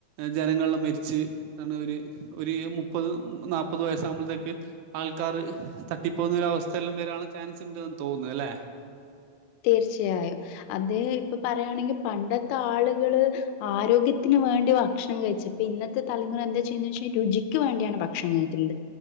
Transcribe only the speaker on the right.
ജനങ്ങൾ ല്ലാ മരിച്ച് താണ് ഒരു ഒരു മുപ്പത് നാല്പ്പത് വയസ്സാഉമ്പത്തേക്ക് ആൾക്കാര് തട്ടിപ്പോകുന്നൊരവസ്ഥയെല്ലാം വരാണ് ചാൻസ് ഉണ്ട്ന്ന് തോന്ന ല്ലെ